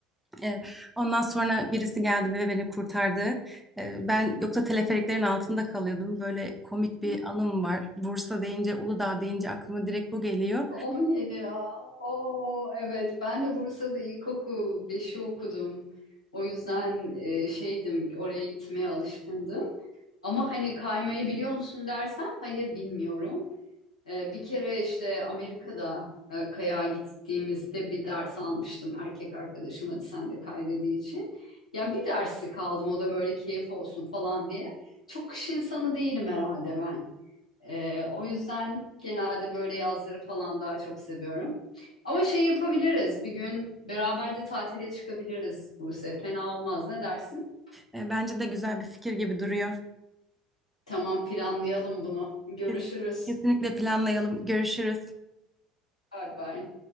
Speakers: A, in the centre; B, on the left.
A: E, Ondan sonra birisi geldi ve beni kurtardı. E, Ben yoksa teleferiklerin altında kalıyordum. Böyle komik
B: <laughs>
A: bir anım var. Bursa deyince, Uludağ deyince aklıma direkt bu geliyor.
B: 17 ya. Oo, evet ben de Bursa'da ilkokul beşi okudum. O yüzden e, şeydim oraya gitmeye alışkındım. Ama hani kaymayı biliyor musun dersen hayır bilmiyorum. E, bir kere işte Amerika'da e, kayağa gittiğimizde bir ders almıştım erkek arkadaşım hadi sen de kay dediği için. Ya bir dersi kaldım o da böyle keyif olsun falan diye. Çok kış insanı değilim herhalde ben. Ee, o yüzden genelde böyle yazları falan daha çok seviyorum. Ama şey yapabiliriz. Bir gün beraber de tatile çıkabiliriz Buse. Fena olmaz. Ne dersin?
A: E, Bence de güzel bir fikir gibi duruyor.
B: Tamam planlayalım bunu. Görüşürüz.
A: Kes- Kesinlikle planlayalım. Görüşürüz.
B: Bay bay.